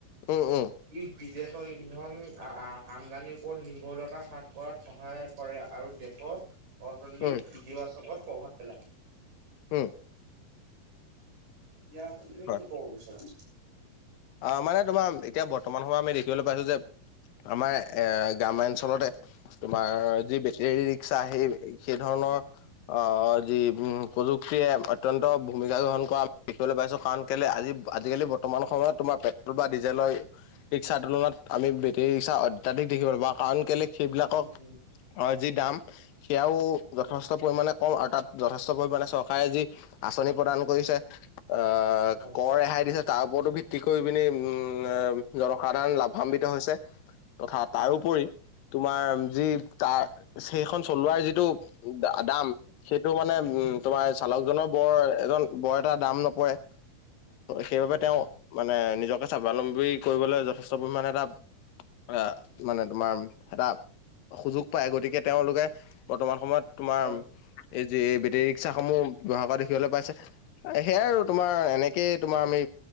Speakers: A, on the left; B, on the right.
A: উম উম
B: ই বিদেশৰ ইন্ধন আ আ আমদানিৰ ওপৰত নিৰ্ভৰশীলতা হ্ৰাস কৰাত সহায় কৰে আৰু দেশৰ অৰ্থনৈতিক
A: উম,
B: ইতিবাচকত প্ৰভাৱ পেলায়
A: উম'
B: ইয়াৰ ওপৰত তুমি
A: হয়।
B: কি কব বিচাৰা
A: অ' মানে তোমাৰ এতিয়া বৰ্তমান সময়ত আমি দেখিবলৈ পাইছো যে আমাৰ এ গ্ৰাম্যাঞ্চলতে তোমাৰ যি বেটেৰী ৰিক্সা সেই সেই ধৰণৰ অ যি প্ৰযুক্তিয়ে অত্যন্ত ভূমিকা গ্ৰহণ কৰা দেখিবলৈ পাইছো কাৰণ- কেলে আজি আজি কালি বৰ্তমান সময়ত তোমাৰ পেট্ৰল বা ডিজেলৰ ৰিক্সা তুলনাত আমি বেটৰী ৰিক্সা অত্যাধিক দেখিবলৈ পাও কাৰণ কেলে সেইবিলাকক
B: উম, উম,
A: যি দাম সেয়াও যথে
B: উম,
A: ষ্ট পৰিমাণে কম আৰু তাত যথেষ্ট পৰিমাণে চৰকাৰে যি আঁচনি প্ৰদান কৰিছে অ'
B: হয়,
A: কৰ ৰেহাই দিছে তাৰ ওপৰতো ভি ত্তি কৰি পিনি উম' জনসাধাৰণ লাভান্বিত হৈছে তথা
B: অ',
A: তাৰোপৰি তোমাৰ যি তাৰ সেইখন চলোৱাৰ যিটো দাম। সেইটো মানে উম' তোমাৰ চালকজনৰ বৰ এজন বৰ এটা দাম নপৰে। সেইবাবে
B: উম,
A: তেওঁ
B: উম,
A: মানে নিজকে স্বাৱলম্বী কৰিবলৈ যথেষ্ট পৰিমণে এটা, এ, মানে তোমাৰ এটা- সুযোগ পায়। গতিকে তেওঁলোকে বৰ্তমান সময়ত তোমাৰ-
B: হয়,
A: এই যে বেটেৰী ৰিক্সাস সমূহ ব্যৱহাৰ কৰা দেখিবলৈ পাইছে। সেয়াই আৰু তোমাৰ এনেকেই তোমাৰ আমি।